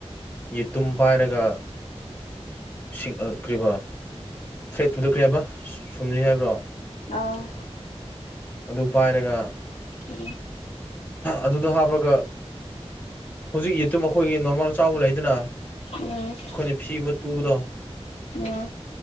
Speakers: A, on the left (about 15°); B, on the left (about 75°).
A: ꯌꯦꯇꯨꯝ ꯄꯥꯏꯔꯒ ꯁꯤꯡ ꯀꯔꯤꯌ‌ꯦꯕꯥ ꯐꯔꯦꯠꯇꯨꯗ ꯀꯔꯤꯌ‌ꯦꯕ ꯑꯃ ꯁꯨꯝꯂꯤ ꯍꯥꯏꯕ꯭ꯔꯣ
B: ꯑ
A: ꯑꯗꯨ ꯄꯥꯏꯔꯒ
B: ꯎꯝ
A: ꯑꯗꯨꯗꯣ ꯍꯥꯞꯄꯔꯒ ꯍꯧꯖꯤꯛ ꯌꯦꯠꯇꯨ ꯃꯈꯣꯏꯒꯤ ꯅꯣꯔꯃꯦꯜ ꯆꯥꯎꯕ ꯂꯩꯌ‌ꯦꯗꯅ
B: ꯎꯝ ꯎꯝ
A: ꯑꯩꯈꯣꯏꯅ ꯐꯤꯒ ꯑꯃ ꯇꯨꯕꯗꯣ
B: ꯑꯥ